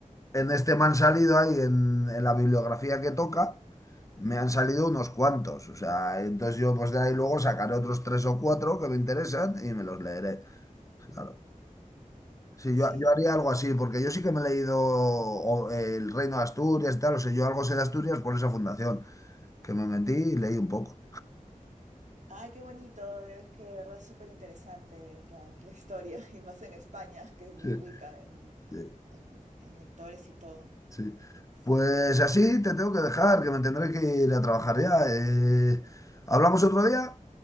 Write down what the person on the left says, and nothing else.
En este me han salido ahí, en, en la bibliografía que toca, me han salido unos cuantos. O sea, entonces yo pues de ahí luego sacaré otros tres o cuatro que me interesan y me los leeré. Claro. Sí,
yo, yo haría algo así, porque yo sí que me he leído o, eh, El Reino de Asturias y tal, o sea, yo algo sé de Asturias por esa fundación, que me metí y leí un poco.
Sí,
sí,
sí.
Pues así te tengo que dejar, que me tendré que ir a trabajar ya. eh. ¿hablamos otro día?